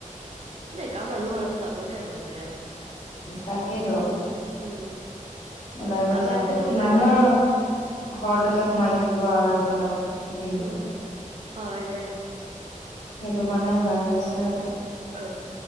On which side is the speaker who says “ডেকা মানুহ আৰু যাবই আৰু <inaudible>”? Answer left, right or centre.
Right